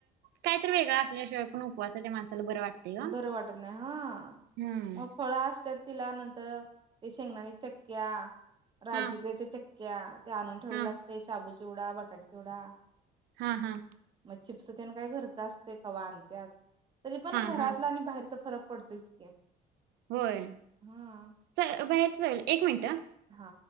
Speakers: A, on the right; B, on the right.
A: काहीतरी वेगळं असल्याशिवाय पण उपवासाच्या माणसाला बरं वाटतंय ओ.
B: बरं वाटत नाही हा
A: हम्म.
B: मग फळ असत्यात. तिला नंतर ते शेंगदाणाच्या चक्क्या, राजीगऱ्याच्या
A: हा
B: चक्क्या. ते आणून ठेवले
A: हा
B: असते शाबू चिवडा, बटाटा चिवडा
A: हा हा
B: चिप्स तेन काय घरचं असतय. कवा आणत्यात तरीपण
A: हा
B: घरातल
A: हा
B: आणि बाहेरचं फरक पडतोयच की.
A: होय,
B: हा
A: चल बाहेर चल एक मिनिटं,
B: ह